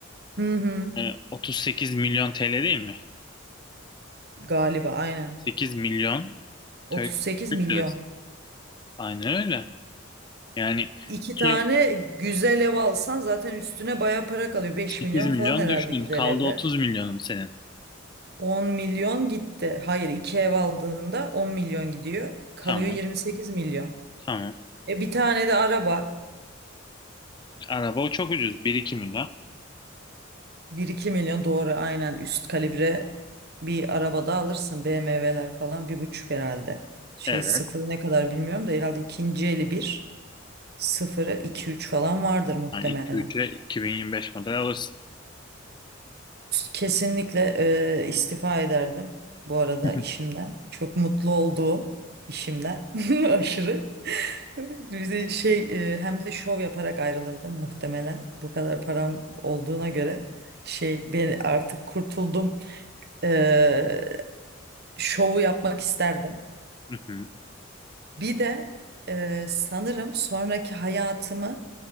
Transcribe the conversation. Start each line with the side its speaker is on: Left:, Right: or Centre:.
Right: Hı hı.
Left: e, 38 milyon TL değil mi?
Right: Galiba aynen.
Left: 8 milyon
Right: 38
Left: Türk, Türk
Right: milyon.
Left: lirası. Aynen öyle. Yani
Right: İki
Left: 2
Right: tane güzel ev alsan zaten üstüne baya para kalıyor. 5
Left: 8
Right: milyon
Left: milyon
Right: falan herhalde
Left: düştün.
Right: güzel
Left: Kaldı
Right: evler.
Left: 30 milyonun senin.
Right: 10 milyon gitti. Hayır, iki ev aldığında 10 milyon gidiyor. Kalıyor
Left: Tamam.
Right: 28 milyon.
Left: Tamam.
Right: E bir tane de araba.
Left: Araba o çok ucuz. bir iki milyon.
Right: bir iki milyon doğru aynen üst kalibre bir araba da alırsın. BMW'ler falan bir buçuk herhalde. Şey
Left: Evet.
Right: sıfırı ne kadar bilmiyorum da herhalde ikinci eli bir sıfırı iki üç falan vardır muhtemelen.
Left: Yani 2-3'e 2025 model alırsın.
Right: Kesinlikle e, istifa ederdim bu arada
Left: <laughs>
Right: işimden. Çok mutlu olduğum işimden <laughs> aşırı. Bize şey e, hem de şov yaparak ayrılırdım muhtemelen. Bu kadar param olduğuna göre şey ben artık kurtuldum. E, şovu yapmak isterdim.
Left: Hı hı,
Right: Bir de e, sanırım sonraki hayatımı